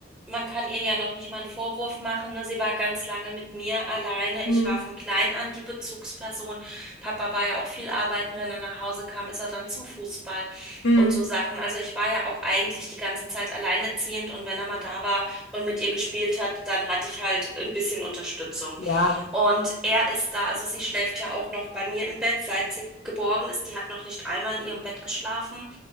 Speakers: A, in the centre; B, on the left.
A: man kann ihr ja noch nicht mal einen Vorwurf machen, ne? Sie war ganz lange mit mir alleine.
B: Mhm.
A: Ich war von klein an die Bezugsperson. Papa war ja auch viel arbeiten. Wenn er nach Hause kam, ist er dann zum Fußball
B: Mhm.
A: und so Sachen. Also ich war ja auch eigentlich die ganze Zeit alleinerziehend und wenn er mal da war und mit ihr gespielt hat, dann hatte ich halt ein bisschen Unterstützung.
B: Ja,
A: Und er ist da, also sie schläft ja auch noch bei mir im Bett, seit sie geboren ist. Die hat noch nicht einmal in ihrem Bett geschlafen.